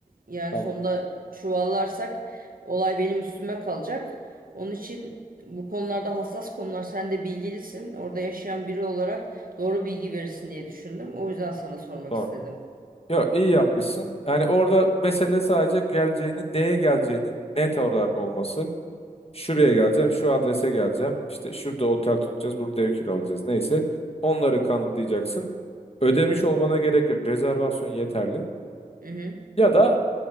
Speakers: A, on the right; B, on the left.
A: Yani
B: Tamam.
A: sonunda çuvallarsak olay benim üstüme kalacak. Onun için bu konularda hassas konular. Sen de bilgilisin. Orada yaşayan biri olarak doğru bilgi verirsin diye düşündüm. O yüzden sana sormak
B: Doğru.
A: istedim.
B: Yok iyi yapmışsın. Yani orada mesele sadece geleceğinin, neye geleceğinin net olarak olması. Şuraya geleceğim, şu adrese geleceğim. İşte şurada otel tutacağız, burada ev kiralayacağız. Neyse. Onları kanıtlayacaksın. Ödemiş olmana gerek yok. Rezervasyon yeterli.
A: Hı hı.
B: Ya da